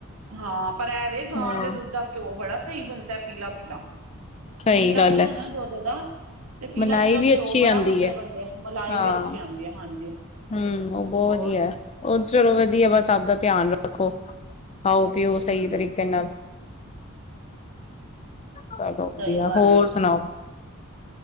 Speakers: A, on the right (about 85°); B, on the left (about 30°).
A: ਹਾਂ ਪਰ ਐਵੇ, ਗਾਂ
B: ਹਾਂ
A: ਦੇ ਦੁੱਧ ਦਾ ਘਿਓ ਬੜਾ ਸਹੀ ਬਣਦਾ। ਪੀਲਾ ਪੀਲਾ,
B: ਸਹੀ
A: ਪੀਲਾ
B: ਗੱਲ
A: ਪੀਲਾ
B: ਹੈ
A: ਹੁੰਦਾ ਨਾ ਦੁੱਧ ਔ ਦਾ। ਤੇ ਪੀਲਾ
B: ਮਲਾਈ
A: ਪੀਲਾ
B: ਵੀ
A: ਘਿਓ
B: ਅੱਛੀ
A: ਬੜਾ
B: ਆਉਂਦੀ
A: ਵਧੀਆ
B: ਹੈ
A: ਬਣਦੇ ਆ, ਮਲਾਈ
B: ਹਾਂ
A: ਵੀ ਅੱਛੀ ਆਉਂਦੀ ਹੈ ਹਾਂਜੀ।
B: ਹਮ ਉਹ ਬਹੁਤ
A: ਹੋਰ
B: ਵਧੀਆ ਹੈ, ਉਹ ਚਲੋ ਵਧੀਆ, ਬਸ ਆਪਦਾ ਧਿਆਨ ਰੱਖੋ। ਖਾਓ ਪੀਓ
A: ਹੂੰ
B: ਸਹੀ ਤਰੀਕੇ ਨਾਲ ਚਲੋ ਵਧੀਆ,
A: ਸਹੀ ਗੱਲ
B: ਹੋਰ
A: ਏ
B: ਸੁਣਾਓ?